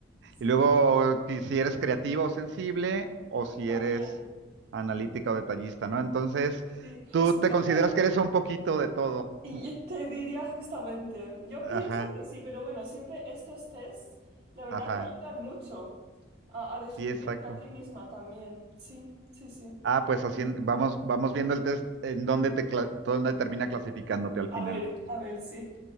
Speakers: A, on the right (about 55°); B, on the right (about 70°).
A: sí,
B: y luego que si eres creativa o sensible, o si
A: también,
B: eres analítica o detallista, ¿no? Entonces,
A: sí.
B: tú
A: Es que
B: te consideras
A: yo creo,
B: que eres un poquito de todo.
A: Y te diría justamente, yo pienso
B: Ajá,
A: que sí, pero bueno, siempre estos tests, la verdad
B: ajá,
A: que ayudan mucho a, a descubrirte
B: sí, exacto.
A: a ti misma también. Sí, sí, sí.
B: Ah, pues así en- vamos, vamos viendo el test en dónde te, cla- dónde termina clasificándote al
A: A
B: final.
A: ver, a ver, sí.